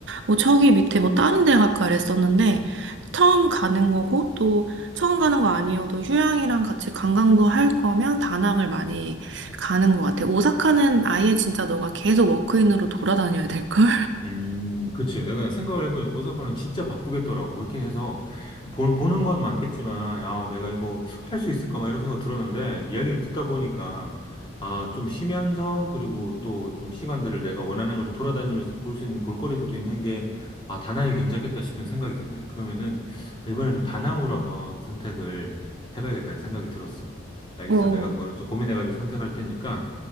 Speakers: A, on the right (about 60°); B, on the left (about 25°).
A: 뭐 저기 밑에 뭐 다른 데 갈까 그랬었는데, 처음 가는 거고, 또 처음 가는 거 아니어도 휴양이랑 같이 관광도 할 거면 다낭을 많이 가는 것 같아. 오사카는 아예 진짜 너가 계속 워크인으로 돌아다녀야 될 걸?
B: 음, 그치. 내가 생각을 해보니까 오사카는 진짜 바쁘겠더라고. 그렇긴 해서, 보, 보는 건 많겠지만, 아, 내가 이거 할 수 있을까? 막 이런 생각 들었는데, 이야기를 듣다 보니까, 아, 좀 쉬면서, 그리고 또 좀 시간들을 내가 원하는 걸 좀 돌아다니면서도 볼 수 있는 볼거리들도 있는 게, 아, 다낭이 괜찮겠다 싶은 생각이 드네. 그러면은, 아, 이번에 좀 다낭으로 한번 선택을 해봐야겠다는 생각이 들었어. 알겠어.
A: 어.
B: 내가 그거는 좀 고민해가지고 선택할 테니까,